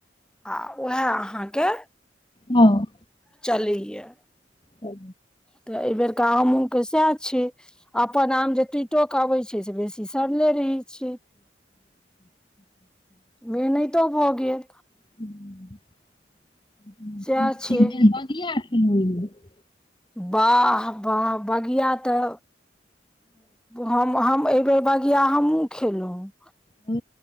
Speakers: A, in the centre; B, on the left.
A: आ उएह अहाँके
B: हँ
A: चलैया।
B: ह
A: तऽ एहि बेेरका आमो के सैह छैय अपन आम तू टोक अबै छैय से बेसी सड़ले रहै छैय। बेनहितो भ गेल।
B: <unintelligible>
A: सएह छै वाह वाह बगिया तऽ हम हम एहि बेेर बगिया हमहुँ खेलहुँ।
B: हू